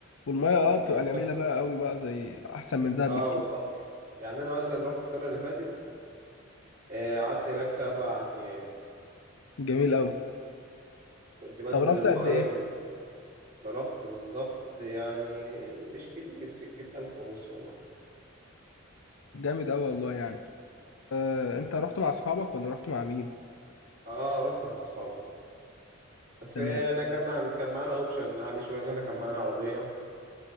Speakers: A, on the left (about 75°); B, on the right (about 40°).
A: والمية اه بتبقى جميلة
B: شاطئ
A: بقى قوي بقى زي احسن من دهب
B: اه
A: بكتير
B: وصافية يعني أنا مثلا رحت السنة اللي فاتت آه، قعدت هناك سبع أيام
A: جميل قوي
B: كنت بنزل
A: صرفت
B: المية
A: قد ايه
B: صرفت بالظبط يعني مش كتير سكة ألف ونص ولا حاجة
A: جامد قوي والله يعني آه انت رحت مع اصحابك ولا رحت مع مين
B: اه رحت مع أصحابي طبعا بس
A: تمام
B: إيه، انا كان عن... كان معانا اوبشن عالي شويه ان احنا كان معانا عربيه